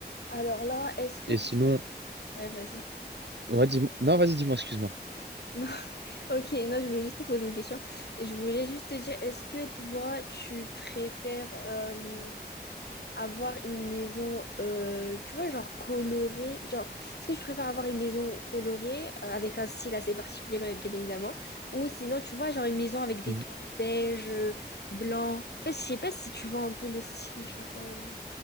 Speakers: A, on the left; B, on the right.
A: Alors là, est-ce que
B: Et
A: toi...
B: sinon,
A: Ouais, vas-y.
B: ouais, dis-moi. Non, vas-y, dis-moi, excuse-moi.
A: <laughs> Non. Ok, non, je voulais juste te poser une question. Je voulais juste te dire, est-ce que toi, tu préfères... euh, avoir une maison, euh, tu vois, genre colorée. Genre, est-ce que tu préfères avoir une maison colorée, euh, avec un style assez particulier, bien bien évidemment, ou sinon, tu vois, genre une maison avec des
B: Mm.
A: tons beige, euh, blanc. En fait, je sais pas si tu vois un peu le style, genre. euh,